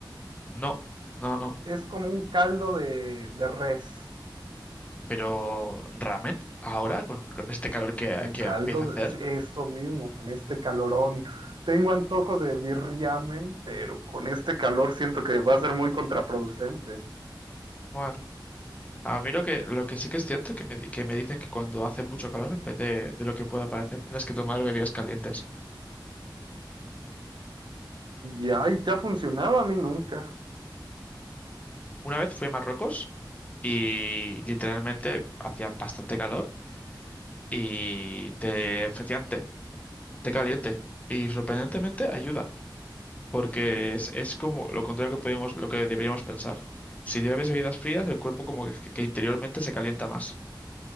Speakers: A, on the left (about 20°); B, on the right (about 70°).
A: No, no, no.
B: Es como un caldo de, de res.
A: Pero ramen, ahora, con, con este calor que,
B: Con
A: que
B: caldo,
A: empieza a hacer.
B: de- sí, eso mismo, con este calorón. Tengo antojo de birriamen, pero con este calor siento que va a ser muy contraproducente.
A: Bueno, a mí lo que, lo que sí que es cierto que me, di- que me dicen que cuando hace mucho calor, en vez de, de lo que pueda parecer, tienes que tomar bebidas calientes.
B: Ya, y te ha funcionado a mí nunca.
A: Una vez fui a Marruecos y literalmente hacía bastante calor y te ofrecían té. te caliente y sorprendentemente ayuda, porque es, es como lo contrario que podemos, lo que deberíamos pensar. Si bebes bebidas frías, el cuerpo como que, que interiormente se calienta más.